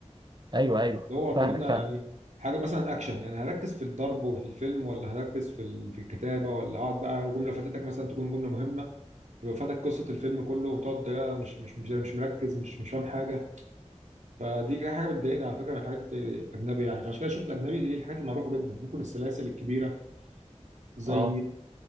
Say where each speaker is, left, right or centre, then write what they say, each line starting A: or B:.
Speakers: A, on the right (about 40°); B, on the right (about 80°).
A: ايوه ايوه
B: اللي هو طب
A: فاهمك
B: انا
A: فاهم
B: يعني حاجه مثلا اكشن يعني هركز في الضرب وفي الفيلم ولا هركز في ال... في الكتابه ولا اقعد بقى وجمله فاتتك مثلا تكون جمله مهمه يبقى فاتك قصة الفيلم كله وتقعد ده مش مش مش مش مركز مش مش فاهم حاجة فدي كده حاجة بتضايقني على فكرة من الحاجات الأجنبي يعني فعشان كده شفت الأجنبي إيه الحاجات المعروفة جدا ممكن السلاسل الكبيرة زي
A: اه